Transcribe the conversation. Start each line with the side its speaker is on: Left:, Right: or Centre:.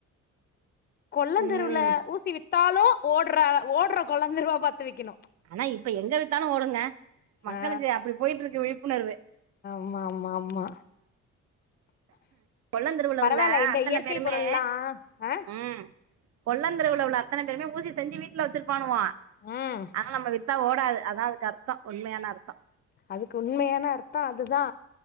Left: கொள்ளந்தெருவுல
Right: உம்
Left: ஊசி வித்தாலு ஓடுற ஓடுற கொள்ளந்தெருவா பாத்து விக்கணு
Right: ஆனா இப்ப எங்க வித்தாலு ஓடுங்க மக்களுக்கு
Left: ஆ
Right: அப்டி போயிட்டு இருக்கு விழிப்புணர்வு
Left: ஆமா ஆமா ஆமா
Right: கொள்ளந்தெருவுல
Left: பரவால்ல
Right: உள்ள
Left: இந்த
Right: அத்தன
Left: இயற்கை
Right: பேருமே
Left: பொருள்லா ஆ
Right: ம் கொள்ளந்தெருவுல உள்ள அத்தன பேருமே ஊசி செஞ்சி வீட்டுல வச்சிருப்பானுவ
Left: ம்
Right: அதனால நம்ம வித்தா ஓடாது அதா அதுக்கு அர்த்தோ உண்மையான அர்த்தோ
Left: அதுக்கு உண்மையான அர்த்தோ அதுதா